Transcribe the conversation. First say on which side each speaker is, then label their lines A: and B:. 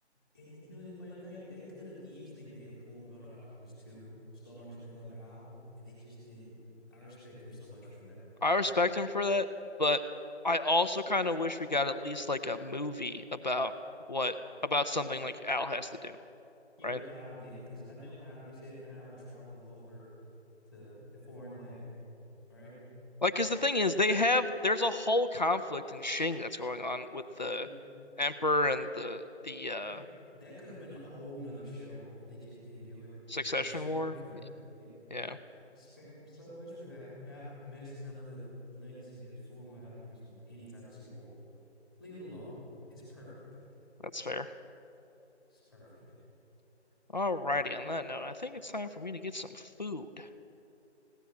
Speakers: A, in the centre; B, on the left.
A: And you know the funny thing, they could have easily made a Full Metal Alchemist 2 starring his brother Al, and they just didn't. I respect them so much for that.
B: I respect him for that, but I also kind of wish we got at least like a movie about what about something like Al has to do,
A: Yeah,
B: right?
A: what Al did, because I know Al. They said Al traveled over to the foreign land. All right.
B: Like, because the thing is, they have there's a whole conflict in Shing that's going on with the
A: Yeah.
B: Emperor and the
A: Yeah.
B: the uh,
A: That that could have been a whole nother show, but they just didn't do it.
B: Succession
A: I respect
B: War.
A: them for that. Yeah.
B: Yeah,
A: I respect him so much for that. Not messing up the legacy that is Full Metal Alchemist with any type of sequel. Leave it alone. It's perfect.
B: that's fair.
A: It's perfect.
B: Alrighty, on that note, I think it's time for me to get some food.